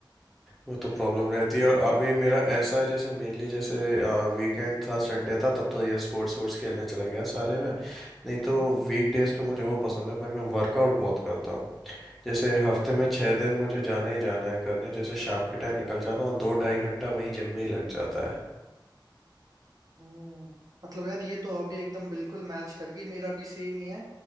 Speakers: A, in the centre; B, on the right.
A: वो तो प्रॉब्लम रहती है और अभी मेरा ऐसा है जैसे मेनली जैसे वीकेंड था संडे था तब तो ये स्पोर्ट्स स्पोर्ट्स खेलने चला गया सारे में नहीं
B: हम्म।
A: तो वीक डेज पे मुझे वो पसंद है भाई मैं वर्कआउट बहुत करता हूँ जैसे हफ्ते में छः दिन मुझे जाना ही जाना है करने जैसे शाम के टाइम निकल जाता हूँ दो ढाई घंटा वहीं जिम में ही लग जाता है
B: हम्म, मतलब यार ये तो हॉबी एकदम बिल्कुल मैच कर गई मेरा भी सेम ही है